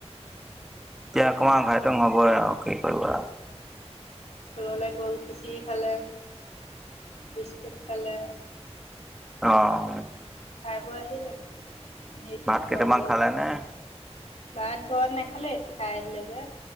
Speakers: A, in the centre; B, on the left (about 80°).
A: এতিয়া অকমান অঘাইটং হবই আৰু কি কৰিবা।
B: ললৈ গ'ল, খিঁচিৰি খালে। বিস্কুট খালে।
A: অ'।
B: খাই বৈ আহিলে। আহি এতিয়া
A: ভাত
B: শুৱাবলে
A: কেইটামান খালে
B: লৈছো।
A: নে
B: ভাত ঘৰত নেখালে, খাই আহিলে যে।